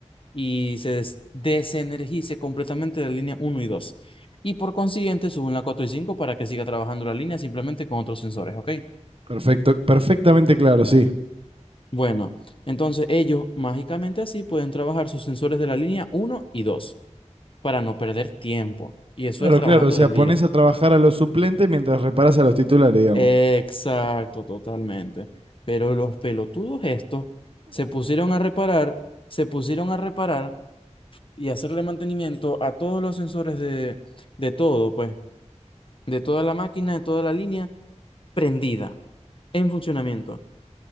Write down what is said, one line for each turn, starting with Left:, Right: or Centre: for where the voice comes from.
Left: y se des- desenergice completamente la línea uno y dos Y por consiguiente, suben la 4 y 5 para que siga trabajando la línea simplemente con otros sensores, ¿ok?
Right: Perfecto, perfectamente claro, sí.
Left: Bueno, entonces ellos mágicamente así pueden trabajar sus sensores de la línea uno y 2 para no perder tiempo. Y eso
Right: Claro,
Left: es trabajando
Right: claro. O sea,
Left: de
Right: pones
Left: día.
Right: a trabajar a los suplentes mientras reparas a los titulares, digamos.
Left: Exacto, totalmente. Pero los pelotudos estos se pusieron a reparar, se pusieron a reparar y hacerle mantenimiento a todos los sensores de, de todo, pues. de toda la máquina, de toda la línea, prendida, en funcionamiento.